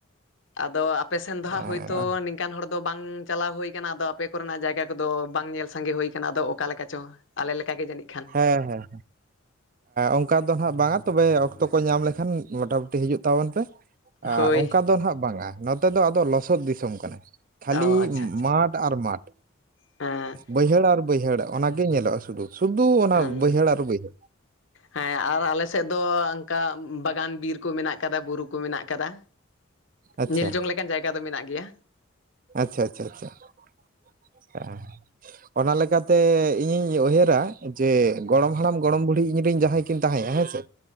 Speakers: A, on the left; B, on the right.
A: ᱟᱫᱚ ᱟᱯᱮᱥᱮᱱ ᱫᱚ ᱦᱟᱸᱜ
B: ᱦᱮᱸ
A: ᱦᱳᱭᱛᱚ ᱠᱟᱱ ᱦᱚᱲ ᱫᱚ ᱵᱟᱝ ᱪᱟᱞᱟᱣ ᱦᱩᱭ ᱠᱟᱱᱟ ᱟᱫᱚ ᱟᱯᱮ ᱠᱚᱨᱮᱱᱟᱜ ᱡᱟᱭᱜᱟ ᱠᱚᱫᱚ ᱵᱟᱝ ᱧᱮᱞ ᱥᱟᱸᱜᱮ ᱦᱩᱭ ᱠᱟᱱᱟ‌ ᱟᱫᱚ ᱚᱠᱟᱞᱮᱠᱟ ᱪᱚᱝ ᱟᱞᱮ ᱞᱮᱠᱟᱜᱮ ᱡᱟᱹᱱᱤᱡ ᱠᱷᱟᱱ
B: ᱦᱮᱸ ᱦᱮᱸ ᱚᱱᱠᱟ ᱫᱚ ᱦᱟᱜ ᱵᱟᱝᱟ ᱛᱚᱵᱮ ᱚᱠᱛᱚ ᱠᱚ ᱧᱟᱢ ᱞᱮᱠᱷᱟᱱ ᱢᱚᱴᱟᱢᱩᱴᱤ ᱦᱤᱡᱩᱜ ᱛᱟᱵᱚᱱ ᱯᱮ
A: ᱦᱳᱭ
B: ᱚᱱᱠᱟ ᱫᱚ ᱦᱟᱸᱜ ᱵᱟᱝᱟ ᱱᱚᱛᱮ ᱫᱚ ᱟᱫᱚ ᱞᱚᱥᱚᱫ ᱫᱤᱥᱚᱢ ᱠᱟᱱᱟ ᱠᱷᱟᱹᱞᱤ
A: ᱚ ᱟᱪᱪᱷᱟ ᱟᱪᱪᱷᱟ
B: ᱢᱟᱴᱷ ᱟᱨ ᱢᱟᱴ
A: ᱦᱮᱸ
B: ᱵᱟᱹᱭᱦᱟᱹᱲ ᱟᱨ ᱵᱟᱹᱭᱦᱟᱹᱲ ᱚᱱᱟᱜᱮ ᱧᱮᱞᱚᱜᱼᱟ ᱥᱩᱫᱩ ᱥᱩᱫᱩ ᱚᱱᱟ
A: ᱦᱮᱸ
B: ᱵᱟᱹᱭᱦᱟᱹᱲ ᱟᱨ ᱵᱟᱹᱭᱦᱟᱹᱲ
A: ᱦᱮᱸ ᱟᱨ ᱟᱞᱮ ᱥᱮᱫ ᱫᱚ ᱚᱱᱠᱟ ᱵᱟᱜᱟᱱ ᱵᱤᱨ ᱠᱚ ᱢᱮᱱᱟᱜ ᱠᱟᱫᱟ ᱵᱩᱨᱩ ᱠᱩ ᱢᱮᱱᱟᱜ ᱟᱠᱟᱫᱟ
B: ᱟᱪᱪᱷᱟ
A: ᱧᱮᱞ ᱡᱚᱝ ᱞᱮᱠᱟᱱ ᱡᱟᱭᱜᱟ ᱫᱚ ᱢᱮᱱᱟᱜ ᱜᱮᱭᱟ
B: ᱟᱪᱪᱷᱟ ᱟᱪᱪᱷᱟ ᱟᱪᱪᱷᱟ ᱦ <unintelligible> ᱚᱱᱟ ᱞᱮᱠᱟᱛᱮ ᱤᱧᱤᱧ ᱩᱭᱦᱟᱹᱨᱟ ᱡᱮ ᱜᱚᱲᱚᱢ ᱦᱟᱲᱟᱢ ᱜᱚᱲᱚᱢ ᱵᱩᱰᱷᱤ ᱤᱧᱨᱮ ᱨᱮᱱ ᱡᱟᱦᱟᱸᱭ ᱠᱤᱱ ᱛᱟᱦᱮᱸᱼᱟ ᱦᱮᱸ ᱥᱮ